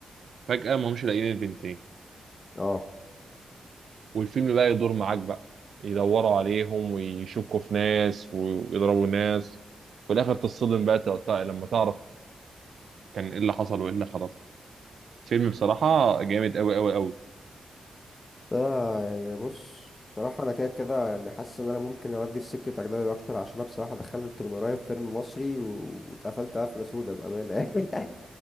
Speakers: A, on the right (about 70°); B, on the left (about 30°).
A: فجأة ما همش لاقيين البنتين
B: اه
A: والفيلم بقى يدور معاك بقى يدوروا عليهم ويشكوا في ناس ويضربوا ناس في الاخر تصطدم بقى تق- تق- لما تعرف كان ايه اللي حصل وايه اللي حصل فيلم بصراحة جامد قوي قوي قوي
B: انا يعني بص بصراحة انا كده كده يعني حاسس ان انا ممكن اودي في سكة اجنبي اكتر عشان انا بصراحة دخلت من قريب فيلم مصري و- واتقفلت قفلة سودة بأمانة <laughs> يعني